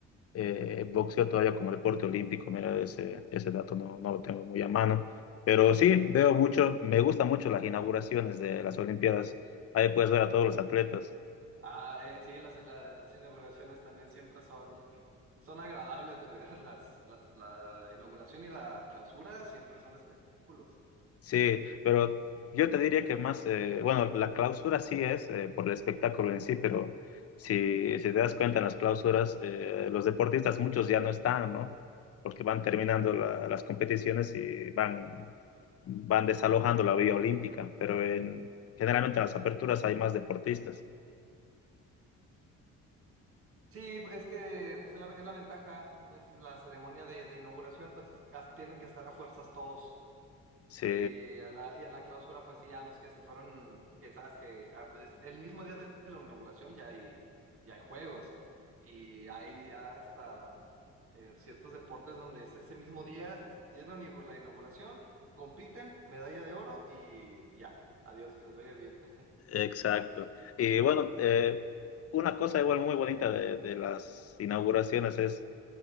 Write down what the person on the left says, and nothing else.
eh, boxeo todavía como deporte olímpico, mira, ese, ese dato no, no lo tengo muy a mano, pero sí, veo
mucho, me gustan mucho las inauguraciones de las Olimpiadas, ahí puedes ver a todos los atletas.
Sí, pero yo te diría que más, eh, bueno, la clausura sí es eh, por el espectáculo en sí, pero si, si te das cuenta en las clausuras, eh, los deportistas muchos ya no están, ¿no? Porque van terminando la- las competiciones y van, van desalojando la vía olímpica, pero en, generalmente en las aperturas hay más deportistas.
Sí,
exacto. Y bueno, eh, una cosa igual muy bonita de, de las inauguraciones es